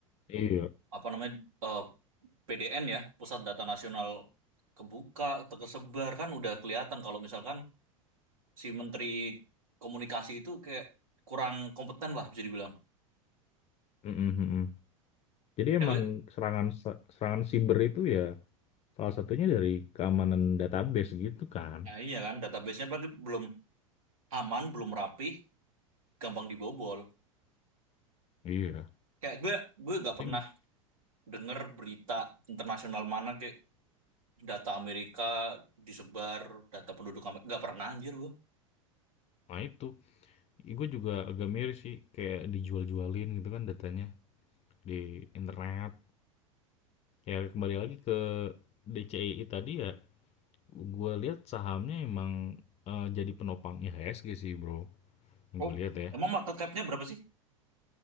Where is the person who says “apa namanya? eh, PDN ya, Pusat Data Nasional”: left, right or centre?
Right